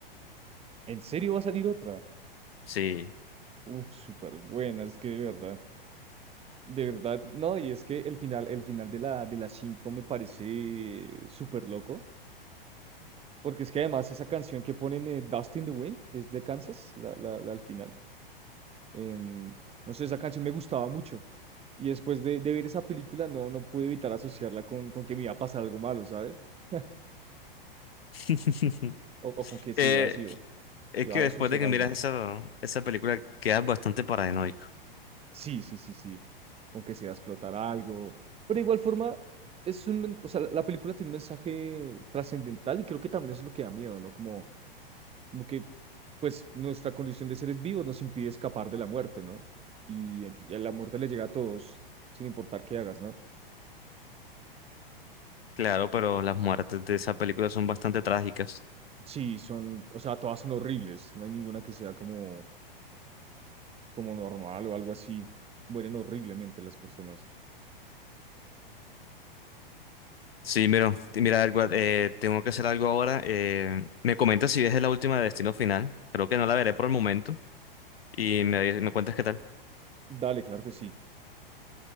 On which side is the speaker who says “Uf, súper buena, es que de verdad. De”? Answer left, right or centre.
Right